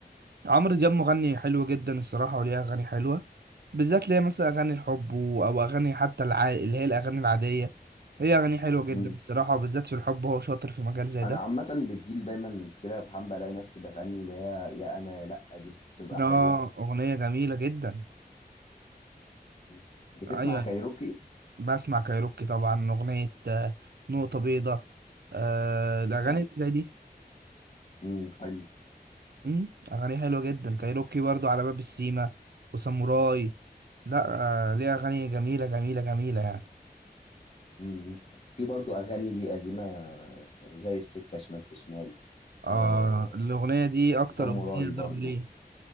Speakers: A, on the right (about 75°); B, on the left (about 45°).
A: عمرو دياب مغني حلو جدا الصراحة وليه أغاني حلوة بالذات ليه مثلا أغاني الحب و- أو أغاني حتى الع... اللي هي الأغاني العادية هي أغاني حلوة جدا
B: مم.
A: الصراحة وبالذات في الحب هو شاطر في مجال زي
B: انا
A: ده
B: عامة بتجيلي دايما كده في حمام بلاقي نفسي بغني اللي هي يا انا يا لا دي بتبقى
A: آه
B: حلوة
A: أغنية جميلة جدا
B: مم. بتسمع
A: أيوة
B: كايروكي
A: أيوة. بسمع كايروكي طبعا أغنية آه، نقطة بيضاء آه الأغاني
B: اه
A: اللي زي دي
B: امم حلو
A: مم، أغانيه حلوة جدا كايروكي برضو على باب السيما وساموراي لا آه ليه أغاني جميلة جميلة جميلة يعني
B: امم في برضو اغاني لي قديمة زي السكة شمال في شمال و-
A: آه الأغنية دي أكتر
B: وفم
A: أغنية
B: وراي برضو
A: ضرب ليه